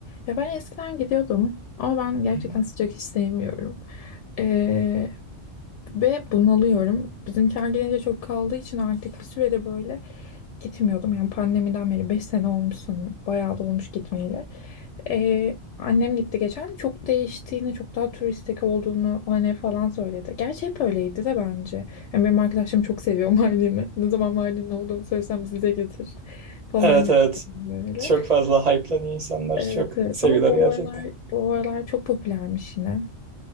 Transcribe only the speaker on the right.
<laughs>
Evet
evet
çok fazla hype'lanıyor insanlar
çok
seviyorlar
gerçekten.